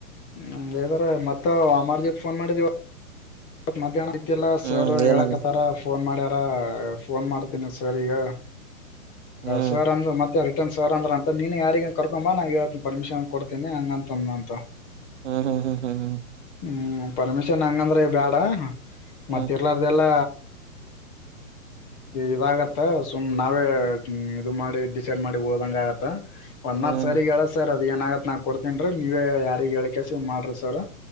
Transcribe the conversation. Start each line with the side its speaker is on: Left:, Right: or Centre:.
Left: ಹಂಗೆದಾರ ಮತ್ತೆ ಅವ ಅಮರದೀಪ್ ಫೋನ್ ಮಾಡಿದವಿತ್ತ ಇವತ್ ಮಧ್ಯಾಹ್ನ ಇದ್ದಿಲ್ಲ ಸರ್
Right: ಹ್ಮ್ ಏನಂದ
Left: ಹೇಳಕತ್ತಾರ ಫೋನ್ ಮಾಡ್ಯಾರ ಫೋನ್ ಮಾಡ್ತೀನಿ ಸರಿಗೆ
Right: ಹ್ಮ್
Left: ಸರ್ ಅಂದ್ರ ಮತ್ತ ಮತ್ತೆ ರಿಟರ್ನ್ ಸರ್ ಅಂದ್ರ ಅಂತ ನೀನೆ ಯಾರಿಗನ ಕರ್ಕೊಂಬ್ ನಾ ಹೇಳ್ತಿನ ಪರ್ಮಿಷನ್ ಕೊಡ್ತೀನಿ ಹಂಗ ಅಂತಂದ ನಂತ ಅವ
Right: ಹ್ಮ್ ಹ್ಮ ಹ್ಮ ಹ್ ಹ್ಮ್
Left: ಹ್ಮ್ ಪರ್ಮಿಷನ್ ಹಂಗಂದ್ರೆ ಬ್ಯಾಡ
Right: ಹ್ಮ್
Left: ಮತ್ತೆ
Right: ಹ್ಮ್
Left: ಇಲ್ಲಾರದೇಲ್ಲ ಇವಾಗತ್ತ ಸುಮ್ ನಾವೇ ಇದು ಮಾಡಿ ಡಿಸೈಡ್ ಮಾಡಿ ಓದಂಗ ಆಗತ್ತ ಒನ್ನ
Right: ಹ್ಮ್
Left: ಮಾತ್ ಸರಿಗ್ ಹೇಳದ ಸರ್ ಅದ ಏನ ಆಗತ್ತ್ ನಾ ಕೊಡ್ತನ್ರಿ ನೀವೇ ಯಾರಿಗ ಹೇಳ ಕೆಸಿ ಮಾಡ್ರಿ ಸರ್